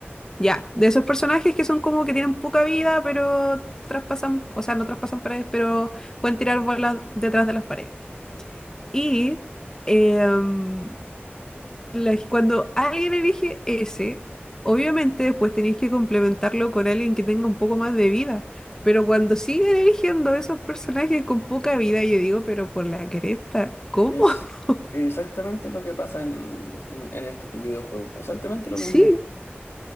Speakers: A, on the left; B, on the left.
A: Ya, de esos personajes que son como que tienen poca vida, pero traspasan, o sea, no traspasan paredes, pero pueden tirar bolas detrás de las paredes. Y em, la- cuando alguien elige ese, obviamente después tenéis que complementarlo con alguien que tenga un poco más de vida. Pero cuando siguen eligiendo esos personajes con poca vida, yo digo, pero por la cresta, ¿cómo?
B: es
A: <laughs>
B: exactamente lo que pasa en, en, en estos tres videojuegos. Exactamente lo
A: Sí,
B: mismo.